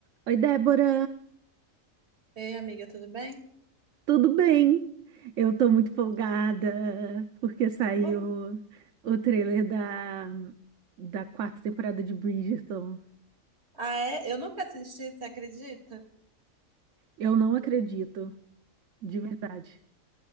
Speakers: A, on the right; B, on the right.
A: Oi, Débora,
B: Ei, amiga, tudo bem?
A: tudo bem? Eu tô muito folgada porque saiu
B: Uh,
A: o trailer da, da quarta temporada de Bridgerton.
B: ah, é? Eu nunca assisti, você acredita?
A: Eu não acredito, de verdade,